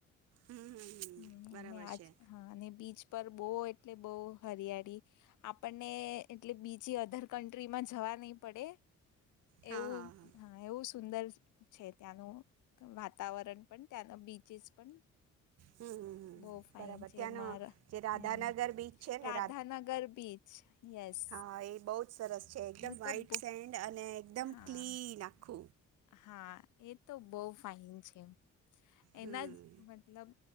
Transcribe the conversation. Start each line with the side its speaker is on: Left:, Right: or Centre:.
Right: હમ હમ હમ
Left: હમ્મ
Right: બરાબર
Left: અને આજ
Right: છે
Left: હા અને બીચ પર બો એટલે બો હરિયાળી આપણને એટલે બીજી અધર કન્ટ્રીમાં જવા નહી પડે
Right: હા
Left: એવું
Right: હા હા
Left: હ એવું સુંદર છે ત્યાંનું વાતાવરણ પણ ત્યાંનો બીચસ પણ.
Right: હમ
Left: બો ફાઇન
Right: બરાબર
Left: છે.
Right: ત્યાંનો
Left: મારા
Right: જે રાધાનગર
Left: હમ્મ
Right: બીચ છે ને
Left: રાધાનગર બીચ યસ
Right: હા એ બહુ સરસ છે. એકદમ
Left: હું
Right: વ્હાઈટ
Left: તો બ
Right: સેન્ડ અને એકદમ
Left: હા
Right: ક્લીન આ <inaudible>
Left: હા એ તો બો ફાઈન છે. એના
Right: હમ
Left: જ મતલબ